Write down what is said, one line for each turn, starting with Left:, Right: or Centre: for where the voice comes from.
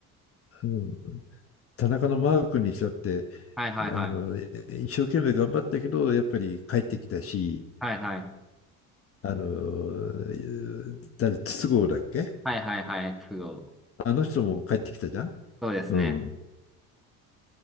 Left: うん、田中のマー君にしたって
Centre: はいはいはい。
Left: あのえ一生懸命頑張ったけどやっぱり帰ってきたし
Centre: はいはい。
Left: あの誰筒香だっけ
Centre: はいはいはい。都合。
Left: あの人も帰ってきたじゃん。
Centre: そうですね。
Left: うん、